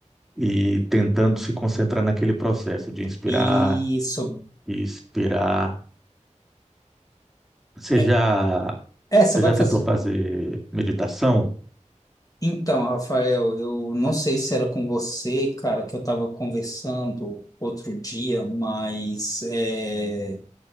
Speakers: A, in the centre; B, on the left.
A: e tentando se concentrar naquele processo de inspirar
B: Isso.
A: e expirar. Você
B: É,
A: já,
B: é, você
A: você
B: vai
A: já
B: fazer.
A: tentou fazer meditação?
B: Então, Rafael, eu não sei se era com você, cara, que eu estava conversando outro dia, mas. é,